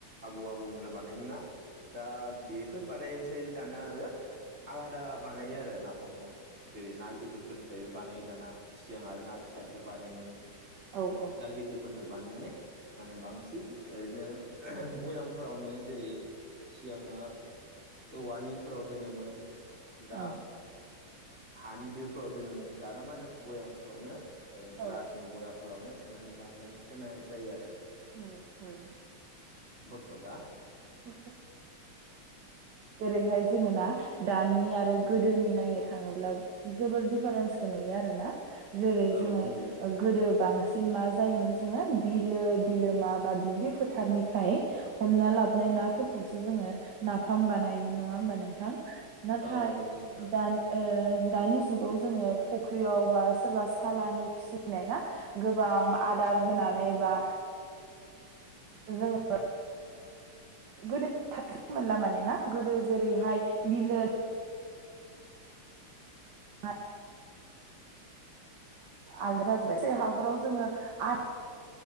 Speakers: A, on the right; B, on the right.
A: आबौ आबौमोना बानायोमोना दा बेफोर बानायनोसाय दाना आलादा बानायो आरो ना जेरै ना गिदिरफोरनिफ्रायबो बानायो दाना सिगां आरो ना फिसानिफ्राय बानायोमोन
B: औ
A: दा गिदिरफोरना बानायनानै मा होनो बांसिन ओरैनो भयामफोरावनो जेरै सिगाङो औवानि फोराव दोनोमोन दा
B: औ
A: हानि दोफोराव दोनोमोन दाना मा होनो भयामफोरावनो ओरै
B: औ
A: ग्लासनि
B: उम
A: बयाम फोरावनो सोनानै बानायना दोननाय जायो आरो
B: उम उम
A: खदा
B: <inaudible> जेरैहाय जोङो ना दानि आरो
A: उम
B: गोदोनि नायनो थाङोब्ला जोबोर दिफारेन्सखौ नुयो आरोना जेरै
A: औ
B: जोङो
A: नुयो
B: गोदो बांसि सिन मा जायोमोन जोंङो बिलो बिगोमा बा दुब्लि फोथारनिफ्राय हमना ला नाय
A: उम
B: नाफोरखौसो जोङो नाफाम बानायोमोन नङा होमबा नोंथां। नाथाय
A: औ नंगौ नोंथां
B: दानि ओ दानि जुगाव जोङो फुख्रियाव बा सोरबा सालानि फिसिनाय ना गोबां आदार होनानै बा जोङो गोदो <inaudible> मोनला माने ना गोदो जेरैहाय बिलो <inaudible> आलादा जोबबाय <inaudible> हाखराव जोङो आल